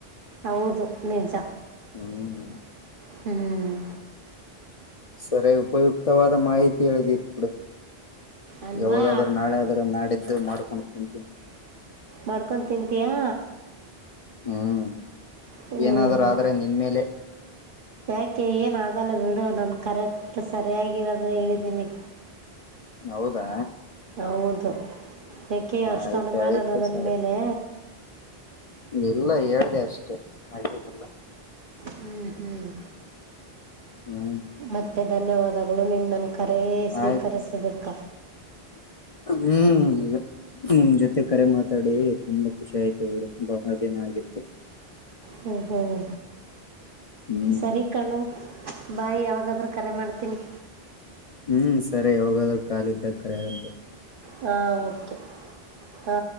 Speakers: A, on the right; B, on the left.
A: ಹೌದು ನಿಜ
B: ಹ್ಮ್
A: ಹ್ಮ್
B: ಸರಿ ಉಪಯುಕ್ತವಾದ ಮಾಹಿತಿ ಹೇಳಿದ ಕಡ
A: ಅಲ್ವಾ
B: ಯಾವಾಗಾದರೂ ನಾಳೆ ಆದರೂ ನಾಡಿದ್ದು ಮಾಡಕೊಂಡು ತಿಂತೀನಿ
A: ಮಾಡ್ಕೊು ತಿಂತೀಯಾ
B: ಹ್ಮ್
A: ಹ್ಞೂ
B: ಏನಾದ್ರುೂ
A: ಹ್ಞೂ
B: ಆದ್ರೆ ನಿನ್ ಮೇಲೆ
A: ಯಾಕೆ ಏನ್ ಆಗಲ್ಲ ಬಿಡು ನಾನು ಕರೆಕ್ಟ್ ಸರಿಯಾಗಿರೋದು ಹೇಳಿದೀನಿ
B: ಹೌದಾ
A: ಹೌದು ಯಾಕೆ ಅಷ್ಟು
B: ಆಯ್ತ
A: ಅನುಮಾನದದನ್
B: ಆಯ್ತು ಸರಿ
A: ಮೇಲೆ
B: ಇಲ್ಲ ಹೇಳ್ದ ಅಷ್ಟೆ ಅಡಿಯದಲ್ಲ
A: ಹ್ಮ್ ಹ್ಮ್
B: ಹ್ಮ್
A: ಮತ್ತೆ ಧನ್ಯವಾದಗಳು ನಿನ್ ಕಖರೇ ಸ್ವೀಕರಿಸುದಕ್ಕ
B: ಆಯ್ತು ಹ್ಮ್ ಅದ ನಿಮ್ ಜೊತೆ ಕರೆ ಮಾತಾಡಿ ತುಂಬಾ ಖುಷಿ ಆಯ್ತು ಬಿಡಿ ಬಹಳ ದಿನ ಆಗಿತ್ತು
A: ಹ್ಮ್ ಹ್ಮ್
B: ಹ್ಮ್
A: ಸರಿ ಕಣು ಬಾಯ್ ಯಾವಾಗ ಹಾಗಾದ್ರೆ ಕರೆ ಮಾಡ್ತೀನಿ
B: ಹ್ಮ್ ಸರಿ ಯೋಗಾದ್ರರು ಕಾಲ ಇದ್ದ ಕರಗು
A: ಹಾ ಕೆ ಹಾ